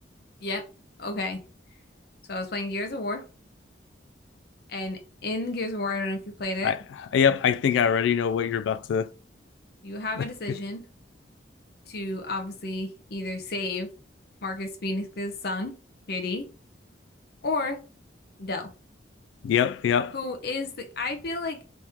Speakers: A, on the left; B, on the left.
A: Yep. Okay. So I was playing Gears of War and in Gears of War, I don't know if you played it,
B: I yep, I think I already know what you're about to.
A: you have a decision
B: <laughs>
A: to obviously either save Marcus Phoenix's son, JD, or Dell,
B: Yep, yep,
A: who is the I feel like